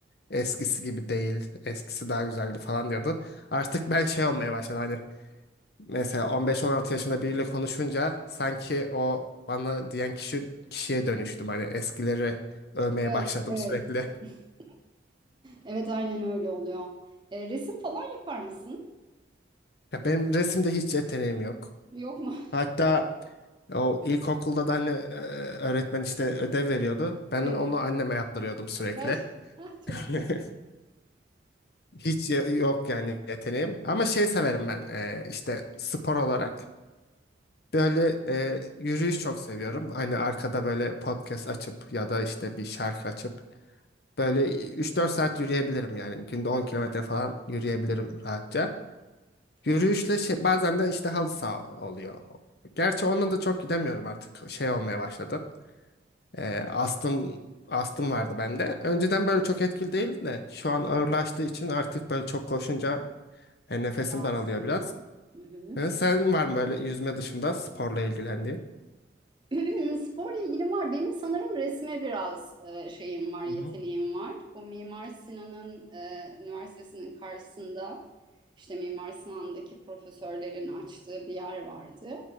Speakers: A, on the left; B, on the right.
A: eskisi gibi değil, eskisi daha güzeldi falan diyordu. Artık ben şey olmaya başladı hani. Mesela 15-16 yaşında biriyle konuşunca sanki o bana diyen kişi kişiye dönüştüm. Hani eskileri övmeye
B: Evet,
A: başladım
B: evet.
A: sürekli.
B: <laughs> Evet, aynen öyle oluyor. Ee, resim falan yapar mısın?
A: Ya benim resimde hiç yeteneğim yok.
B: Yok mu?
A: Hatta o ilkokulda da hani e, öğretmen işte ödev veriyordu. Ben
B: <laughs> Evet.
A: onu anneme yaptırıyordum sürekli.
B: Gerçekten <laughs> çok
A: <laughs>
B: tatlı.
A: Hiç ye- yok yani yeteneğim. Ama şey severim ben e, işte spor olarak. Böyle e, yürüyüş çok seviyorum. Hani arkada böyle podcast açıp ya da işte bir şarkı açıp Böyle üç dört saat yürüyebilirim yani. Günde 10 kilometre falan yürüyebilirim rahatça. Yürüyüşle
B: Harika,
A: şey, bazen de işte halı saha oluyor. Gerçi onunla da çok gidemiyorum artık. Şey olmaya başladı. Ee, astım astım vardı bende. Önceden böyle çok etkili değil de şu an ağırlaştığı için artık böyle çok koşunca e, nefesim
B: rahatsız
A: daralıyor
B: ediyorum.
A: biraz.
B: Hı hı.
A: Ee, sen var mı böyle yüzme dışında sporla ilgilendiğin?
B: <clears throat> Sporla ilgili var. Benim sanırım resme biraz e, şeyim var, yeteneğim
A: Hı hı.
B: var. Bu Mimar Sinan'ın e, üniversitesinin karşısında işte Mimar Sinan'daki profesörlerin açtığı bir yer vardı.